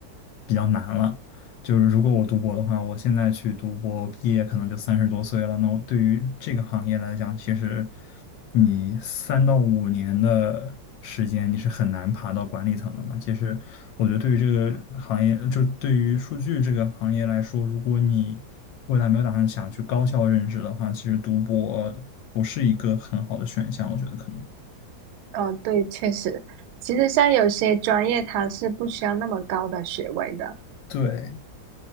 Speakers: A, on the left (about 75°); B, on the right (about 85°).
A: 比较难了。就是如果我读博的话，我现在去读博，毕业可能就三十多岁了。那我对于这个行业来讲，其实你三到五年的时间，你是很难爬到管理层的嘛。其实我觉得对于这个行业，就对于数据这个行业来说，如果你未来没有打算想去高校任职的话，其实读博不是一个很好的选项，我觉得可能。
B: 哦，对，确实，其实像有些专业它是不需要那么高的学位的，
A: 对，